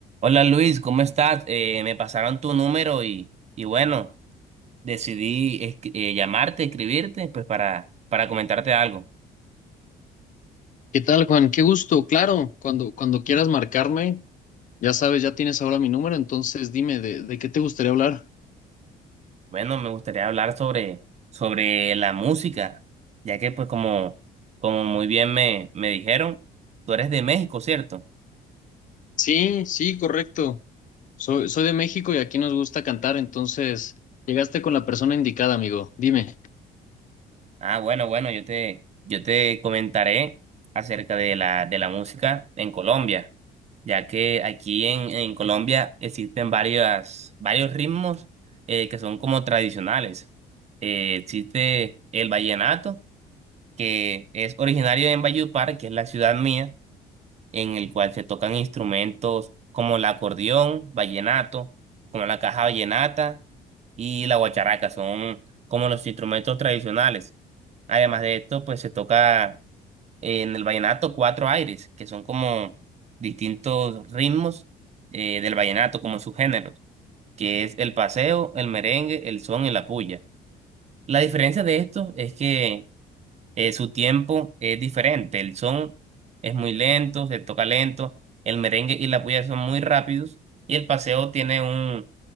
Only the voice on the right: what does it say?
Hola Luis, ¿cómo estás? Eh, me pasaron tu número y, y bueno, decidí escri- eh, llamarte, escribirte, pues para, para comentarte algo.
Bueno, me gustaría hablar sobre, sobre la música, ya que pues como, como muy bien me, me dijeron, tú eres de México, ¿cierto?
Ah, bueno, bueno, yo te, yo te comentaré acerca de la, de la música en Colombia, ya que aquí en, en Colombia existen varias, varios ritmos eh, que son como tradicionales. Eh, existe el vallenato, que es originario en Valledupar, que es la ciudad mía, en el cual se tocan instrumentos como el acordeón, vallenato, como la caja vallenata y la guacharaca, son como los instrumentos tradicionales. Además de esto, pues se toca eh, en el vallenato cuatro aires, que son como distintos ritmos eh, del vallenato, como subgéneros, que es el paseo, el merengue, el son y la puya. La diferencia de estos es que eh, su tiempo es diferente. El son es muy lento, se toca lento, el merengue y la puya son muy rápidos, y el paseo tiene